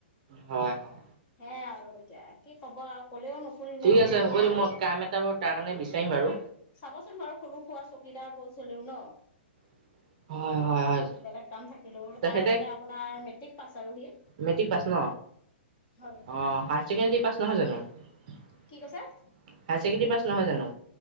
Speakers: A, on the right; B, on the left.
A: হয়, হয়।
B: সেয়াই আৰু এতিয়া কি ক'ব আৰু কলেও নুশুনিলে
A: ঠিক
B: যিহেতু
A: আছে হ'ব
B: আৰু।
A: দিয়ক মই কাম এটা বাৰু তাৰ কাৰণে বিচাৰিম বাৰু।
B: চাবচোন বাৰু সৰু সুৰা চকীদাৰ পচ হলেও ন
A: <inaudible> হয়।
B: বেলেগ কাম থাকিলো,
A: তেখেতে
B: তাৰ মানে আপোনাৰ মেট্ৰিক পাছ আৰু সি।
A: মেট্ৰিক পাছ ন?
B: হয়।
A: অ হায়াৰ ছেকেণ্ডাৰী পাছ নহয় জানো? হায়াৰ
B: কি কৈছে?
A: ছেকেণ্ডাৰী পাছ নহয় জানো?